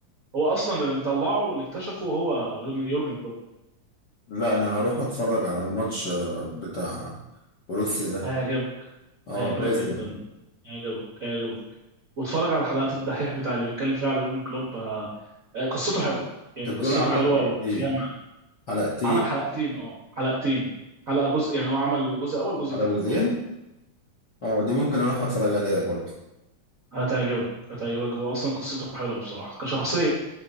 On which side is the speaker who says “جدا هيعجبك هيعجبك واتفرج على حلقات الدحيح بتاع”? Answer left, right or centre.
Right